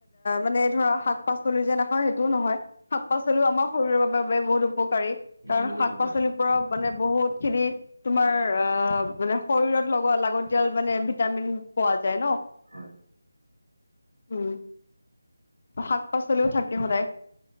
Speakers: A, on the left; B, on the right.
A: মানে ধৰা শাক পাচলি যে নাখাওঁ সেইটোও নহয় শাক পাচলিও আমাৰ শৰীৰৰ বাবে বহুত উপকাৰী
B: উম,
A: কাৰণ
B: বহুত
A: শাক
B: উপকাৰী
A: পাচলিৰ পৰাও মানে বহুত খিনি তোমাৰ অ মানে শৰীৰত লগত লাগতিয়াল মানে ভিটামিন পোৱা যায় ন
B: হয়
A: উম শাক পাচলিও থাকে সদায়